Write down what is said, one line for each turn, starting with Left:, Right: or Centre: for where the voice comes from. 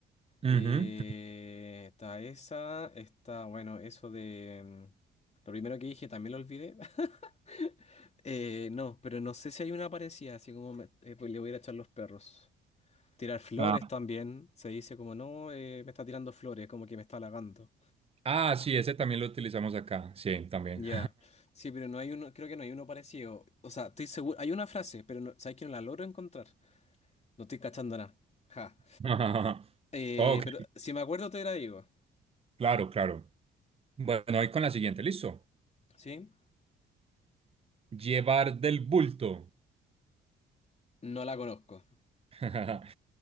Right: Ujú.
Left: Eh, está esa, está, bueno, eso de... mm, Lo primero que dije también lo olvidé. <laughs> Eh, no, pero no sé si hay una parecida, así como me- eh, pues le voy a ir a echar los perros. Tirar flores
Right: Ah,
Left: también, se dice como no, eh, me está tirando flores, como que me está halagando.
Right: Ah, sí, ese también lo utilizamos acá. Sí, también.
Left: Ya, Sí, pero no hay uno, creo que no hay uno parecido. O sea, estoy seguro, hay una frase, pero no, sabes que no la logro encontrar. No estoy cachando nada. Ja.
Right: <laughs>
Left: Eh,
Right: Ok,
Left: pero si me acuerdo te la digo,
Right: claro, claro. Bueno, voy con la siguiente, ¿listo?
Left: ¿sí?
Right: Llevar del bulto.
Left: No la conozco.
Right: <laughs>